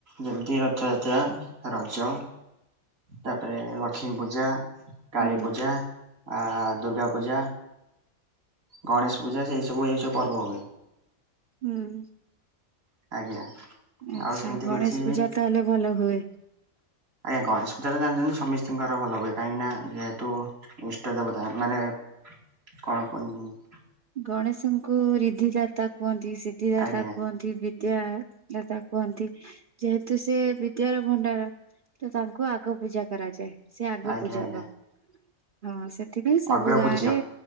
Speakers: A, on the right; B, on the right.
A: ଯେମିତି ରଥଯାତ୍ରା ରଜ। ତାପରେ ଲକ୍ଷ୍ମୀ ପୂଜା କାଳୀ
B: ହୁଁ
A: ପୂଜା ଆଁ ଦୁର୍ଗା ପୂଜା। ଗଣେଶ ପୂଜା ସେଇ ସବୁ ଏଇ ସବୁ ପର୍ବ ହୁଏ।
B: ହୁଁ।
A: ଆଜ୍ଞା।
B: ଆଚ୍ଛା
A: ଆଉ ସେମିତି
B: ଗଣେଶ
A: କିଛି
B: ପୂଜା ତାହେଲେ ଭଲ ହୁଏ।
A: ଆଜ୍ଞା ଗଣେଶ ପୂଜା ତ ଜାଣିଚନ୍ତି ସମିସ୍ତିଙ୍କ ଆଡେ ଭଲ ହୁଏ କାହିଁକି ନା ଯେହେତୁ ଇଷ୍ଟ ଦେବତା ମାନେ କଣ କୁହ। <unintelligible>
B: ଗଣେଶଙ୍କୁ ରିଧିଦାତା କୁହନ୍ତି ସିଦ୍ଧିଦାତା
A: ଆଜ୍ଞା
B: କୁହନ୍ତି। କି ବିଦ୍ୟାଦାତା କୁହନ୍ତି। ଯେହେତୁସେ ବିଦ୍ୟାର ଭଣ୍ଡାର ତତାଙ୍କୁ ଆଗ ପୂଜା କରାଯାଏ। ସେ ଆଗ
A: ଆଜ୍ଞା
B: ପୂଜା
A: ଆଜ୍ଞା
B: ପା ହଁ ସେଥିପାଇଁ ସବୁ
A: ଅଗ୍ର
B: ଗାଁରେ
A: ପୂଜ୍ୟ